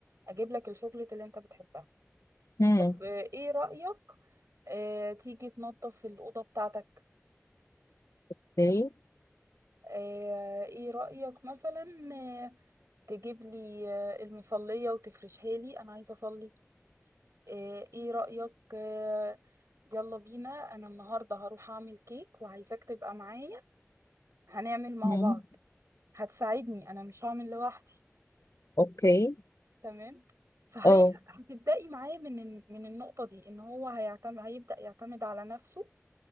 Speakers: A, on the right; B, on the left.
A: اجيب لك الشوكليت اللي انت بتحبها
B: مم.
A: طب آه، ايه رأيك آه، تيجي تنظف الأوضة بتاعتك
B: اوكي
A: آه، ايه رأيك مثلا آه، تجيب لي آه، المصلية وتفرشها لي انا عايزة اصلي آه، ايه رأيك آه، يلا بينا انا النهارده هروح اعمل كيك وعايزاك تبقى معايا هنعمل مع
B: مم.
A: بعض هتساعدني انا مش هعمل لوحدي
B: اوكي
A: تمام فهي
B: اه
A: هتبدأي معاه من الن- من النقطة دي ان هو هيعتمد هيبدأ يعتمد على نفسه